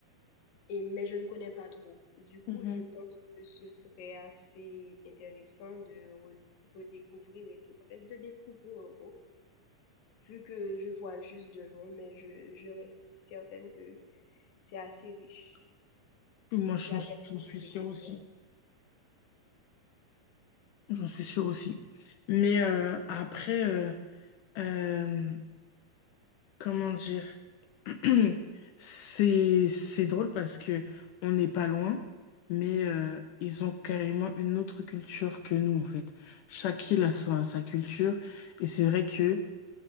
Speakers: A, on the left; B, on the left.
A: Et mais je ne connais pas trop. Du coup,
B: Mhm.
A: je pense que ce serait assez intéressant de re redécouvrir et tout. En fait, de découvrir en gros, vu que je vois juste de loin, mais je je reste certaine que c'est assez riche.
B: moi, j'en
A: Il y a des
B: j'en
A: trucs
B: suis
A: à
B: sûre
A: découvrir.
B: aussi. J'en suis sûre aussi. Mais euh, après, euh, euh, Comment dire? <clears throat> C'est c'est drôle parce que on n'est pas loin, mais euh, ils ont carrément une autre culture que nous en fait. Chaque île a sa, sa culture et c'est vrai que